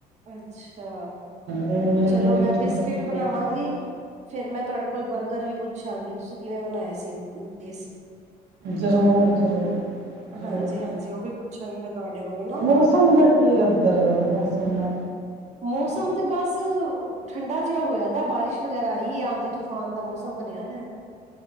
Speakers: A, on the right; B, on the right.
A: ਅੱਛਾ
B: ਇਮਲੀ
A: ਚਲੋ
B: ਦੀ ਮਿੱਠੀ
A: ਮੈਂ ਬਿਸਕਿਟ
B: ਚਟਨੀ
A: ਬਣਾਵਾਂਗੀ ਫੇਰ ਮੈਂ ਤੁਹਾਡੇ ਕੋਲ ਕੋ ਬਰਗਰ ਵੀ ਪੁੱਛਾਂਗੇ, ਤੁਸੀਂ ਕਿਵੇਂ ਬਨਾਏ ਸੀ? <unintelligible>
B: ਜਰੂਰ, ਜਰੂਰ, ਜਰੂਰ
A: ਹਾਂਜੀ-ਹਾਂਜੀ, ਉਹ ਵੀ ਪੁੱਛਾਂਗੀ ਮੈਂ ਤੁਹਾਡੇ ਕੋਲੋਂ ਨਾ,
B: ਮੌਸਮ ਦਾ ਕੀ ਉਧਰ, ਮੌਸਮ ਦਾ
A: ਮੌਸਮ ਤੇ ਬਸ ਠੰਡਾ ਜਿਆ ਹੋਇਆ ਦਾ, ਬਾਰਿਸ਼ ਵਗੈਰਾ ਆਈ ਐ ਆਂਦੀ ਤੂਫਾਨ ਦਾ ਮੌਸ ਤਮ ਬਨੇਆ ਦਾਏ